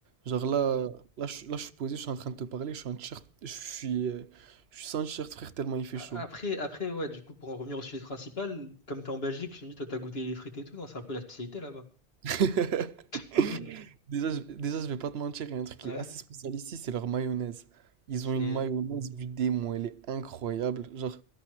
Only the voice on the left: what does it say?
A-
Après, après, ouais, du coup, pour en revenir au sujet principal, comme t'es en Belgique, je me dis, toi, t'as goûté les frites et tout, non? C'est un peu la spécialité là-bas.
<laughs>
Ouais,
c'est...